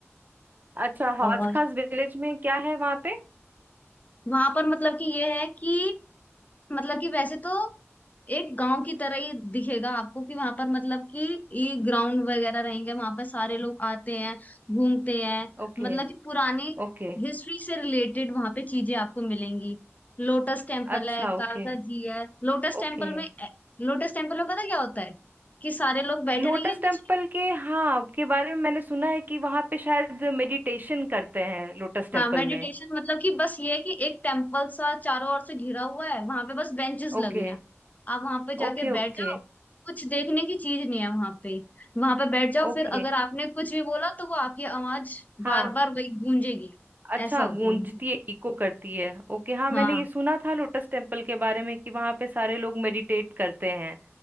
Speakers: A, on the right; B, on the left.
A: अच्छा हौज
B: और
A: खास विलेज में क्या है वहां पे
B: वहां पर मतलब कि ये है कि मतलब कि वैसे तो एक गांव की तरह ही दिखेगा आपको कि वहां पर मतलब कि ये ग्राउंड वगैरह रहेंगे वहां पर सारे लोग आते हैं घूमते हैं
A: ओके
B: मतलब कि पुरानी
A: ओके
B: हिस्ट्री से रिलेटेड वहां पे चीजें आपको मिलेंगी लोटस टेम्पल
A: अच्छा
B: है
A: ओके
B: कालका जी है लोटस टेम्पल
A: ओके
B: में लोटस टेम्पल में पता क्या होता है कि सारे लोग बैठे
A: लोटस
B: रहेंगे कुछ
A: टेम्पल के हाँ के बारे में मैंने सुना है कि वहां पे शायद मेडिटेशन करते हैं लोटस टेम्पल
B: हाँ मेडिटेशन
A: में
B: मतलब कि बस ये है कि एक टेम्पल सा चारों ओर से घिरा हुआ है वहां पे बस बेंचेस
A: Okay
B: लगे हैं आप वहां पे जाके
A: okay
B: बैठ
A: Okay
B: जाओ कुछ देखने की चीज नहीं है वहां पे वहां पे बैठ जाओ
A: okay
B: फिर अगर आपने कुछ भी बोला तो वो आपकी आवाज
A: हाँ
B: बार बार वही गूंजेगी
A: अच्छा
B: ऐसा होता
A: गूंजती
B: है मुझे
A: है इको करती है ओके हाँ मैंने
B: हाँ
A: ये सुना था लोटस टेम्पल के बारे में कि वहां पे सारे लोग मेडिटेट करते हैं